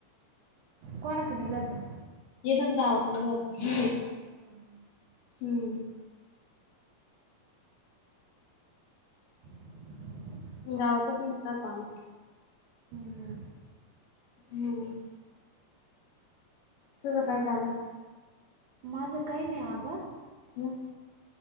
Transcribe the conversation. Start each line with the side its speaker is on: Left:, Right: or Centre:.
Right: कोणा कड दिलं होतं.
Left: येनच गावात नेलं होत.
Right: हम हम <inaudible>
Left: हम्म
Right: <unintelligible>
Left: गावातच नाहीत राहतो आम्ही
Right: हम्म हं
Left: नाय. तुझं काय चालला
Right: माझं काही नाही आगं.
Left: हम्.